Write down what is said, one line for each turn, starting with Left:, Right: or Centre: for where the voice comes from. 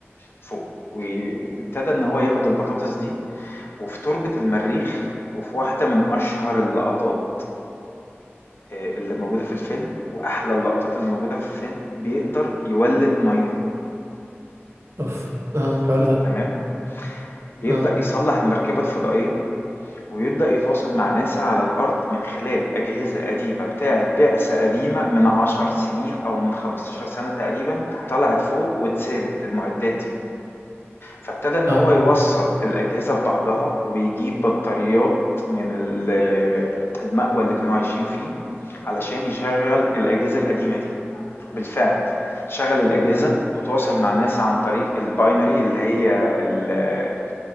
Left: فوق و- وابتدى ان هو ياخد البطاطس دي وفي تربة المريخ وفي واحدة من أشهر اللقطات آآ اللي موجودة في الفيلم وأحلى اللقطات اللي موجودة في الفيلم، بيقدر يولِّد مَيّة
Right: اوف اه الحوار ده
Left: تمام، بيبدأ
Right: اه
Left: يصلّح المركبة الفضائية وبيبدأ يتواصل مع ناسا على الأرض من خلال أجهزة قديمة بتاعة بعثة قديمة من 10 سنين أو من 15 سنة تقريبًا طلعت فوق واتسابت المعدات دي، فابتدى إن
Right: اه
Left: هو يوصّل الأجهزة ببعضها ويجيب بطاريات من ال المأوى اللي كانوا عايشين فيه علشان يشغّل الأجهزة القديمة دي. بالفعل شغل الأجهزة وتواصل مع ناس عن طريق الباينري اللي هي ال-